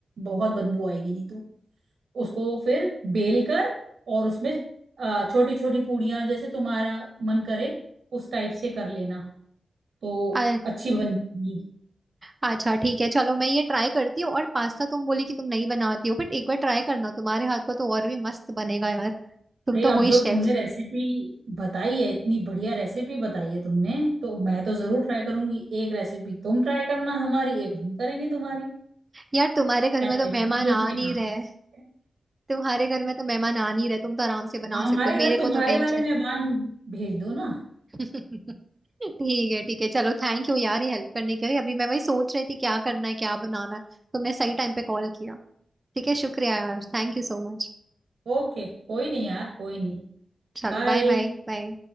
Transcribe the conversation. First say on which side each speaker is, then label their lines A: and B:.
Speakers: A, on the right; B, on the right.
A: बहुत बदबू आएगी नहीं तो उसको फिर बेल कर और उसमें छोटी छोटी पूड़ियां जैसे तुम्हारा मन करे उस टाइप से कर लेना तो
B: अ-
A: अच्छी बनेगी
B: अच्छा ठीक है चलो मैं ये ट्राई करती हूँ और पास्ता तुम बोली कि तुम नहीं बनाती हो बट एक बार ट्राई करना तुम्हारे हाथ का तो और भी मस्त बनेगा यार तुम
A: अरे
B: तो
A: अब
B: हो ही
A: जो
B: शेफ
A: तुमने रेसिपी बताई है इतनी बढ़िया रेसिपी बताई है तुमने तो मैं तो जरूर ट्राई करूंगी एक रेसिपी तुम ट्राई करना हमारी एक हम करेंगे तुम्हारी
B: यार तुम्हारे घर
A: ऐसे
B: में तो मेहमान
A: मिलजुल
B: आ
A: के
B: नहीं
A: काम
B: रहे
A: कर सकते हैं
B: तुम्हारे घर में तो मेहमान आ नहीं रहे तुम तो आराम से बना
A: हाँ, हमारे
B: सकती हो मेरे
A: घर तुम्हारे
B: को तो टेंशन
A: वाले मेहमान
B: है
A: भेज दो ना
B: ठीक है ठीक है चलो थैंक यू यार ये हेल्प करने के लिए अभी मैं वही सोच रही थी क्या करना है क्या बनाना है तुमने सही टाइम पे कॉल किया ठीक है शुक्रिया यार
A: <laughs>
B: थैंक यू सो मच
A: ओके कोई नहीं यार कोई नहीं
B: चलो
A: बाय
B: बाय बाय बाय